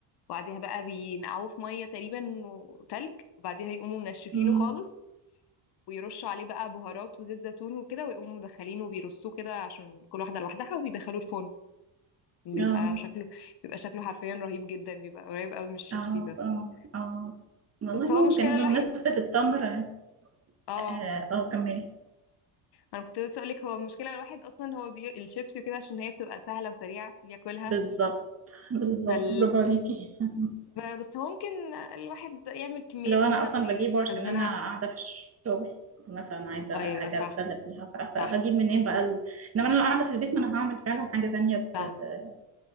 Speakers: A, on the left (about 50°); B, on the right (about 30°).
A: وبعديها بقى بينقعوه في ميه تقريبا وتلج وبعديها يقوموا منشفينه
B: أمم.
A: خالص ويرشوا عليه بقى بهارات وزيت زيتون وكده ويقوموا مدخلينه وبيرصوه كده عشان كل واحده لوحدها ويدخلوه الفرن بيبقى
B: اه
A: شكله بيبقى شكله حرفيا رهيب جدا بيبقى قريب قوي من الشيبسي
B: اه
A: بس
B: اه اه والله
A: بس هو مشكله
B: ممكن
A: الواحد
B: بمناسبة التمر اه
A: اه
B: آه، اه، كملي
A: انا كنت لسه اقولك هو المشكله الواحد اصلا هو بي... الشيبسي وكده عشان هي بتبقى سهله وسريعه بياكلها
B: بالظبط بالظبط
A: فال...
B: برافو عليكي <laughs>
A: ب- بس هو ممكن الواحد يعمل كميات
B: لو انا
A: مثلا
B: اصلا
A: ويخزنها
B: بجيبه عشان انا قاعدة في الشغل مثلا عايزة
A: ايوه
B: حاجة
A: صح
B: اتسلى بيها ف- فهجيب
A: صح
B: منين بقى ال... انما انا لو قاعدة في البيت ما انا هعمل فعلا حاجة تانية ت-
A: صح
B: ت-